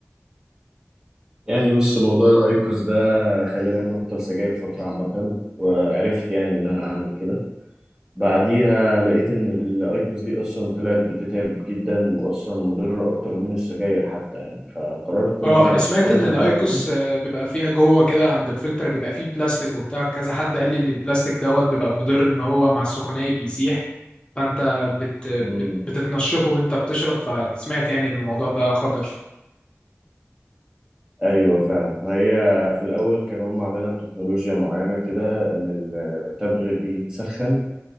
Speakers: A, on the right; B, on the left.
A: يعني بص موضوع الأيكوس ده خلاني أبطل سجاير فترة عامة وعرفت يعني إن أنا أعمل كده بعديها لقيت ان الايكوس دي اصلا طلعت بتتعب جدا واصلا مضره اكتر من السجاير حتى يعني فقررت ان
B: اه
A: انا ابطلها
B: انا سمعت ان الايكوس
A: هي كمان
B: آه، بيبقى فيها جوه كده عند الفلتر بيبقى فيه بلاستيك وبتاع كذا حد قال لي ان البلاستيك دوت بيبقى مضر ان هو مع السخونية بيسيح فانت بت...
A: امم
B: بت... بتتنشقه وانت بتشرب فسمعت يعني ان الموضوع ده خطر
A: ايوه فعلا ما هي في الاول كانوا هم عاملينها بتكنولوجيا معينه كده ان التبغ بيتسخن